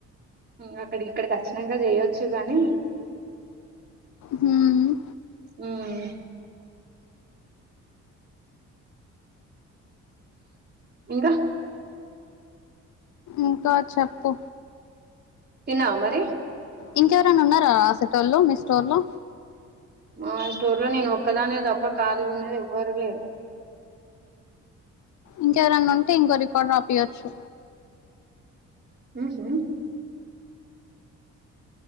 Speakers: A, on the right; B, on the left.
A: మ్మ్ అక్కడికి ఇక్కడికి ఓచ్చినంక చేయొచ్చు గానీ
B: మ్మ్
A: మ్మ్ ఇంకా
B: ఇంకా చెప్పు
A: తిన్నావమరే
B: ఇంకెవరేన్నా ఉన్నారా ఆసేటోల్లో మీ స్టోర్ లో
A: మా స్టోర్ లో నేను ఒక్కదాన్నే దప్ప కాలిగున్నది ఎవ్వరు లేరు.
B: ఇంకెవరన్నా ఉంటే ఇంకో రికార్డురాపియ్యొచ్చు.
A: మ్మ్ హ్